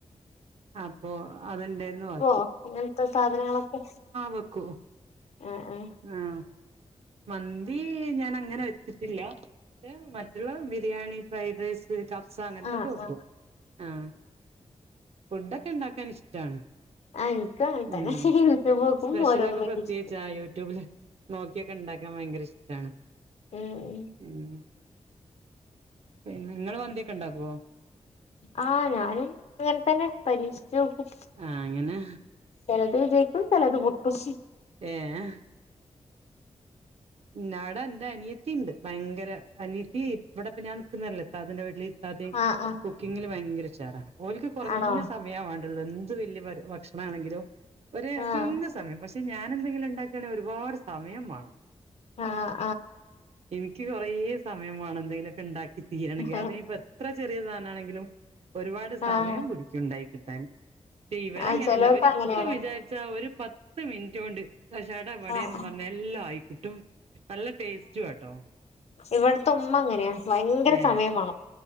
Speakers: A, on the right (about 65°); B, on the left (about 70°).
A: അപ്പൊ അതെണ്ടേര്ന്നു ബാ
B: ഹൊ അങ്ങൻത്ത സാധനങ്ങളൊക്കെ
A: വെക്കൂ
B: അഹ് അഹ്
A: ആഹ് മന്തി ഞാനങ്ങനെ വെച്ച്‌ട്ടില്ല പക്ഷെ മറ്റുള്ള ബിരിയാണി ഫ്രൈഡ് റൈസ് കബ്സ അങ്ങനത്തൊക്ക
B: ആഹ് ആഹ്
A: വെക്കും
B: ആഹ്
A: ആഹ് ഫുഡ്ഡക്ക ഇണ്ടാക്കാനിഷ്ടാണ്
B: ആഹ് എനിക്കും അങ്ങനെ
A: ഉം
B: തന്നെ യൂട്യൂബ് നോക്കും
A: സ്പെഷ്യലെക്ക
B: ഓരോന്ന് പരീക്ഷിക്കും
A: പ്രത്യേകിച്ചാ യൂട്യൂബില് ക്കിയെക്ക ഇണ്ടാക്കാൻ ഭയങ്കര ഇഷ്ടാണ്
B: ഉം
A: ഉം പിൻ നിങ്ങള് മന്തിയക്ക ഇണ്ടാക്കുവോ
B: ആഹ് ഞാനും ഇങ്ങനതന്നെ പരീക്ഷിച്ച്‌ നോക്കും
A: ആഹ് അങ്ങനെ
B: ചെലത് ജയ്ക്കും ചെലത് പൊട്ടും
A: ഏഹ് പിന്നവട എന്റ അനിയത്തിണ്ട് ഭയങ്കര അനിയത്തീ ഇവടപ്പ ഞാൻ നിക്കുന്നല്ലേ ഇത്താതിന്റ വീ ട്ടില് ഇത്താത്തേം
B: ആഹ് ആഹ്
A: കുക്കിങ്ങില് ഭയങ്കര ഉഷാറ ഓൽക്ക് കൊറഞ്ഞ
B: ആണോ
A: സ മയാ വേണ്ടുള്ള എന്ത് വെല്ല്യ പര് ഭക്ഷണാണെങ്കിലും ഒര്
B: ആഹ്
A: കൊറഞ്ഞ സമയം പഷ് <unintelligible> ഞാനെന്തെങ്കിലും ഉണ്ടാക്കാണെ ഒരുപട് സമയം വേണം
B: ആഹ്
A: എനിയ്ക്ക് കൊറേ സമയം വേണം എന്തേലൊക്കെണ്ടാക്കി തീരണെങ്കി
B: ആഹ്
A: അത് നിയിപ്പ എത്ര ചെറിയ സാനാണെങ്കിലും ഒരുപാട്
B: ആഹ്
A: സമയം പിടിയ്ക്കുണ്ടായികിട്ടാൻ ഇവരങ്ങനെല്ല
B: ആഹ് ചിലവർക്ക്
A: ഇവര് ഇപ്പം
B: അങ്ങനെയാണ്
A: വിചാരിച്ച ഒരു പ ത്ത് മിൻറ്റോണ്ട് ഒക്കെ ഷട പടേന്നും
B: ആഹ്
A: പർഞ്ഞ് എല്ലാം ആയിക്കിട്ടും നല്ല ടേസ്റ്റും ആട്ടോ
B: ഇവട്ത്തെ ഉമ്മ അങ്ങനെയാ ഭയങ്കര
A: ഏഹ്
B: സമയം വേണം